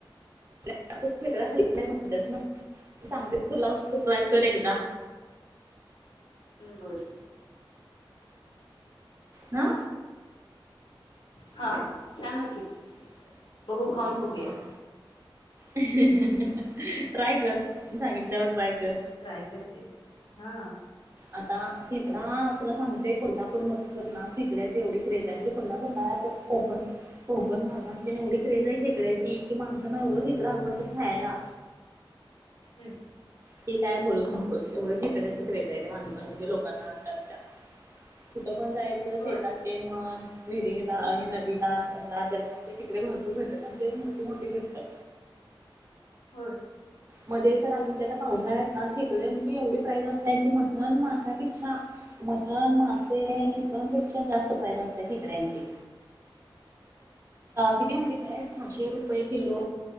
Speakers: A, on the right (about 35°); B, on the left (about 75°).
A: खेकडा खालो नाही म्हणतेस ना मी सांगते तुला तू ट्राय कर एकदा.
B: बर!
A: आ!
B: हा हा सांगाकी बघू खाऊन बघूया.
A: हा. ट्राय कर मी सांगितल्यावर ट्राय कर.
B: ट्राय करते हा.
A: आता खेकडा तुला सांगते कोल्हापूर मध्ये तर ना खेकड्याची एवढी क्रेज आहे म्हणजे कोल्हापूरला कोकण कोकण भागात तेन एवढी क्रेज आहे खेकड्याची की माणसाना एवढं खेकडं आवडत्यात खायाला.
B: हम्म!
A: की काय बोलूच नकोस एवढं खेकड्याच क्रेज आहे त्या माणसा ते म्हणजे लोकांना आजकालच्या. कुठं पण जायचं
B: होय
A: शेतात ते म्हण. विहिरीला हे नदीला हेला त्याला ते तिकडे भरपूर भेटतात आणि ते मोठी मोठी भेटतात.
B: होय!
A: मध्ये तर आता म्हणजे आता पावसाळ्यात ना खेकड्यांची एवढी प्राईज असतेय की मटन माशापेक्षा मटण, मासे, चिकनपेक्षा जास्त प्राईज असतेया खेकड्यांची.
B: <inaudible>
A: किती माहिती काय? पाचशे रुपये किलो,